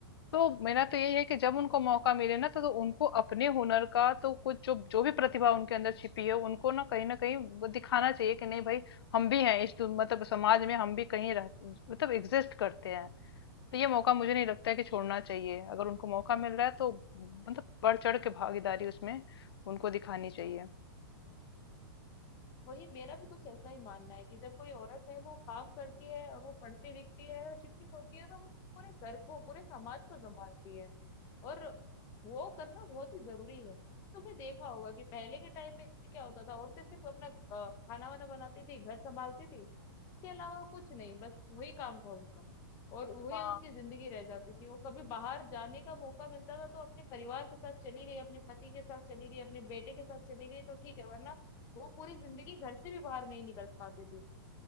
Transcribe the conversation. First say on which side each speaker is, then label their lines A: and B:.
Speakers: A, on the left (about 80°); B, on the left (about 25°).
A: तो मेरा तो यही है कि जब उनको मौका मिले ना तो, तो उनको अपने हुनर का तो कुछ जो जो भी प्रतिभा उनके अंदर छिपी है उनको ना कहीं ना कहीं वो दिखाना चाहिए कि नहीं भाई हम भी हैं इस दुन- मतलब समाज में हम भी कहीं रह मतलब एग्जिस्ट करते हैं तो ये मौका मुझे नहीं लगता है कि छोड़ना चाहिए अगर उनको मौका मिल रहा है तो मतलब बढ़ चढ़ के भागीदारी उसमें उनको दिखानी चाहिए
B: वही मेरा भी कुछ ऐसा ही मानना है कि जब कोई औरत है वो काम करती है और वो पढ़ती लिखती है और शिक्षित होती है तो वो पूरे घर को पूरे समाज को संभालती है और वो करना बहुत ही जरूरी है तुमने देखा होगा कि पहले के टाइम में क्या होता था औरतें सिर्फ अपना अ, खाना वाना बनाती थी घर संभालती थी इसके अलावा कुछ नहीं बस वही काम था उनका और वही
A: हाँ
B: उनकी जिंदगी रह जाती थी वो कभी बाहर जाने का मौका मिलता था तो अपने परिवार के साथ चली गई अपने पति के साथ चली गई अपने बेटे के साथ चली गई तो ठीक है वरना वो पूरी जिंदगी घर से भी बाहर नहीं निकल पाती थी